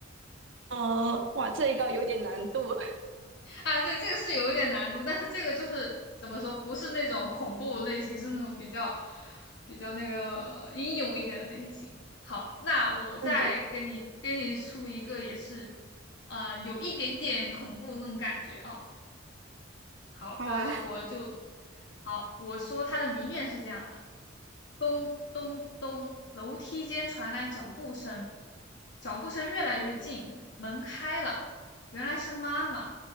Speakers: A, on the right; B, on the left.
A: 嗯，哇，这一个有点难度。<laughs>
B: <laughs> 啊，对，这个是有一点难度，但是这个就是怎么说，不是那种恐怖类型，是那种比较比较那个英勇一点的类型。好，那我再给你给你出一个，
A: 嗯，对，
B: 也是呃有一点点恐怖那种感觉哦。好的，
A: 好啊。
B: 我就好，我说它的谜面是这样的：咚咚咚，楼梯间传来脚步声，脚步声越来越近，门开了，原来是妈妈。